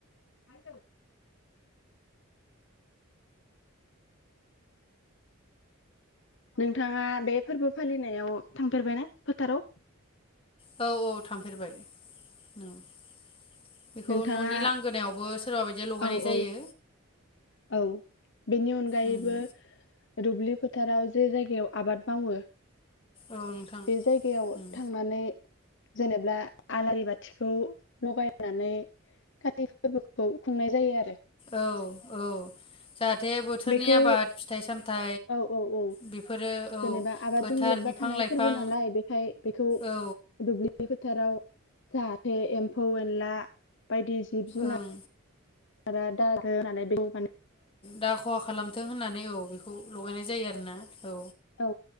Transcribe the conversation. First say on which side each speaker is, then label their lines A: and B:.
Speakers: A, on the left; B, on the left.
A: <inaudible> नोंथाङा बे फोरबो फालिनायाव थांफेरबायना फोथाराव?
B: औ औ थांफेरबाय <inaudible> बेखौ
A: नोंथाङा
B: न'नि लांगोनायावबो सोरबा बायदिया लगायनाय
A: औ
B: जायो
A: औ औ बेनि अनगायैबो
B: उम
A: दुब्लि फोथाराव जे जायगायाव आबाद मावो
B: औ नोंथां
A: बे जायगायाव
B: उम
A: थांनानै जेनेबा आलारि बाथिखौ लगायनानै काति फोरबोखौ खुंनाय जायो आरो
B: औ औ जाहाथे बोथोरनि
A: बेखौ
B: आबाद फिथाइ सामथाइ
A: औ औ औ
B: बेफोरो औ
A: जेनेबा आबादजों
B: फोथार
A: लोब्बा
B: बिफां
A: थानाय
B: लाइफां
A: फोरबो नालाय बेखाय बेखौ
B: औ
A: दुब्लि फोथाराव जाहाथे एम्फौ एनला बायदि जिब जुनार
B: ओं
A: <unintelligible>
B: दा खहा खालामथों होननानै औ। खौ लगायनाय जायो आरोना औ
A: औ